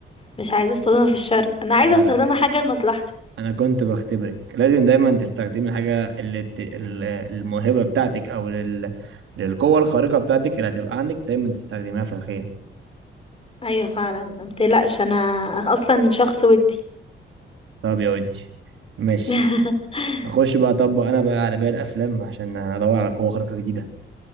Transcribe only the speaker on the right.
جدع
انا كنت بختبرك لازم دايما تستخدمي الحاجه اللي بت... ال- الموهبه بتاعتك او لل... للقوه الخارقه بتاعتك اللي هتبقى عندك دايما تستخدميها في الخير
طب يا ودي ماشي
اخش بقى اطبق انا بقى على باقي الافلام عشان ادور على قوة خارقة جديدة